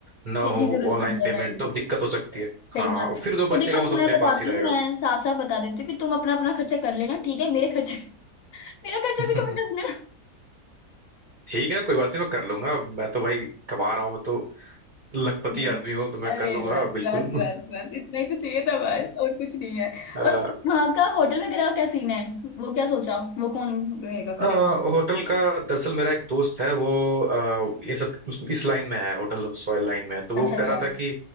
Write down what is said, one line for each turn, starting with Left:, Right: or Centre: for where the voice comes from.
Right: ना
Left: कितनी
Right: हो
Left: जरूरत
Right: ऑनलाइन
Left: पड़ जाए
Right: पेमेंट
Left: राइट
Right: तो दिक्कत हो सकती है
Left: सही
Right: हाँ
Left: बात
Right: और फिर
Left: है
Right: जो बचेगा
Left: तो देखो
Right: वो तो
Left: मैं
Right: अपने
Left: बताती
Right: पास ही रहेगा
Left: हूँ मैं साफ साफ बता देती हूँ कि तुम अपना अपना खर्चा कर लेना ठीक है मेरे खर्चे <laughs> मेरा खर्चा
Right: <laughs>
Left: भी तुम्हें कर लेना
Right: ठीक है कोई बात नहीं मैं कर लूंगा मैं तो भाई कमा रहा हूँ मैं तो लखपति
Left: <laughs>
Right: आदमी हूँ तो मैं
Left: अरे
Right: कर लूंगा
Left: बस
Right: बिल्कुल
Left: बस बस बस इतना ही तो चाहिए था बस और कुछ नहीं है
Right: <laughs> आ,
Left: और फिर वहाँ का होटल वगैरह का क्या सीन है वो क्या सोचा वो कौन रहेगा
Right: अ,
Left: करेगा
Right: होटल का दरअसल मेरा एक दोस्त है वो अ, ये सब उस, इस लाइन में है होटल ऑफ सॉयल लाइन में है तो वो
Left: अच्छा अच्छा
Right: कह रहा था कि